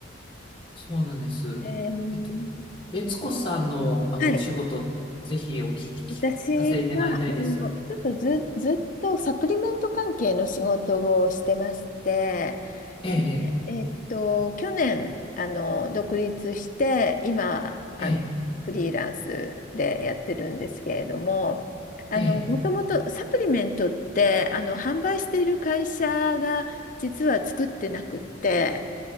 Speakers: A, on the left (about 25°); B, on the left (about 40°).
A: そうなんです。
B: えー、
A: えっと、悦子さんの、あの、
B: はい。
A: お仕事、ぜひお聞き聞かせ願いたいです。
B: 私は、あの、ちょっとず、ずっとサプリメント関係の仕事をしてまして、
A: ええ、
B: でえーっと、去年、あの、独立して、今、あの、
A: ええ、
B: フリーランスでやってるんですけれども、あの、
A: ええ、
B: もともとサプリメントって、あの、販売している会社が実は作ってなくって、